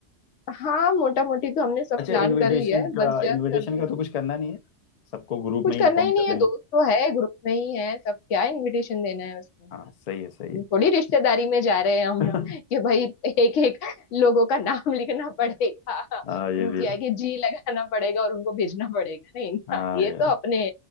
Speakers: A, on the left; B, on the left.
A: हाँ मोटा मोटी तो हमने सब
B: अच्छा
A: प्लान
B: इनविटेशन
A: कर लिया है बस
B: का
A: जस्ट
B: इनविटेशन
A: अभी
B: का तो कुछ करना नहीं है सबको ग्रुप
A: कुछ
B: में ही
A: करना
B: इन्फॉर्म
A: ही नहीं
B: कर
A: है
B: देंगे
A: दोस्त तो है ग्रुप में ही है सब क्या इनविटेशन देना है उसमें
B: हाँ सही है सही है
A: थोड़ी रिश्तेदारी में जा रहे हैं हम
B: <laughs>
A: कि भाई एक एक लोगों का नाम <laughs> लिखना पड़ेगा
B: हाँ ये
A: उनकी
B: भी है।
A: आगे जी लगाना पड़ेगा और उनको भेजना पड़ेगा नहीं ना
B: हाँ
A: ये
B: यार
A: तो अपने